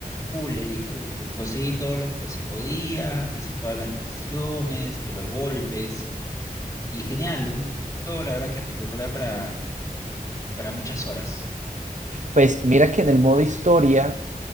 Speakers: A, on the left; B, on the right.
A: full le di, full, full, conseguí todo lo que se podía, hice todas las misiones, eh, los golpes y genial, un, un juego la verdad que espectacular para, para muchas horas.
B: Pues mira que en el modo historia,